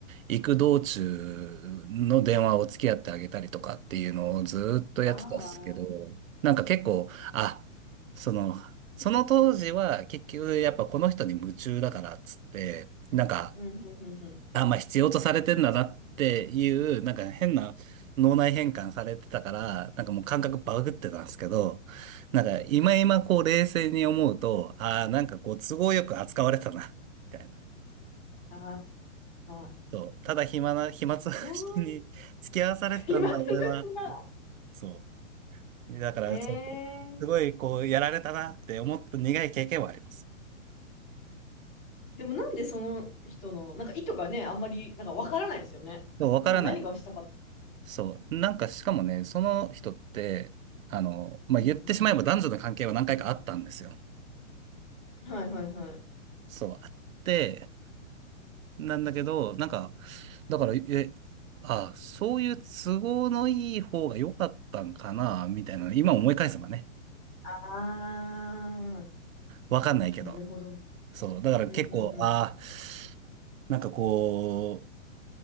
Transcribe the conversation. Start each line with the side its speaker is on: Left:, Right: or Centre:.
Right: 行く道中の電話を付き合ってあげたりとかっていうのをずーっとやってたんですけど、
Left: ああ、
Right: なんか結構、あ、その、その当時は結局やっぱこの人に夢中だからっつって、なんか、
Left: うん、うん、うん、うん。
Right: あ、まあ必要とされてんだなっていう、なんか変な脳内変換されてたから、なんかもう感覚バグってたんですけど、なんか今今こう冷静に思うと、ああ、なんかこう都合よく扱われてたな、みたいな。
Left: ああ。
Right: そう。ただ暇な、暇つぶしに
Left: そう
Right: <laughs> 付き合わされてたんだ、
Left: 暇つぶしな。
Right: 俺は。そう。だから、
Left: えー、
Right: そう。すごい、こう、やられたなって思った苦い経験はあります。
Left: でもなんでその人の、なんか意図がね、あんまり、なんかわからないですよね。
Right: でわからない。
Left: なんか何がしたかっ
Right: そう。なんか、しかもね、その人って、あの、まあ、言ってしまえば男女の関係は何回かあったんですよ。
Left: うんうん。はいはいはい。
Right: そう。あって、なんだけど、なんか、だから、え、あ、そういう都合のいい方が良かったんかな、みたいな、今思い返せばね。
Left: あー、
Right: わかんないけど。
Left: なるほど。
Right: そう。だから結構、
Left: うんうんう
Right: ああ、なんかこ